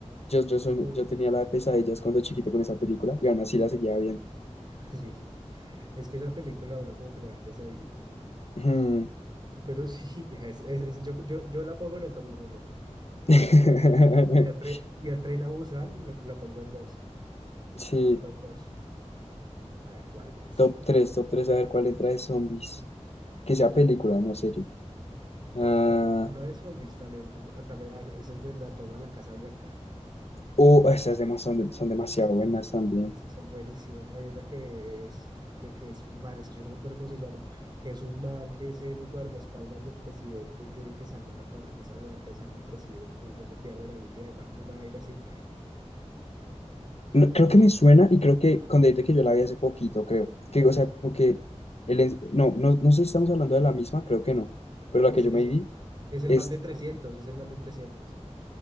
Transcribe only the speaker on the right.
Es muy,
<laughs> sí. Es que esa película a uno como que le da pesadillitas.
Pero <laughs> sí, es, es- es- yo, yo, yo la pongo en el top 1, güey.
Y a, y a, Tre- y a Tren a Busan le- la pongo en dos.
Top dos A ver, ¿cuál más?
¿Cuál
más?
O no, o no de zombies también. o También a- esas de la toma a la Casa Blanca.
Esas son buenísimas. Hay una que es, que, que es un man, es que yo no me acuerdo cómo se llama, que es un man que es el guardaespaldas del presidente y tiene que salvar a toda la Casa Blanca y salva al presidente y no se pierde la línea de mando, una vaina así.
No,
es,
es,
es el
man de trescientos es el man de trescientos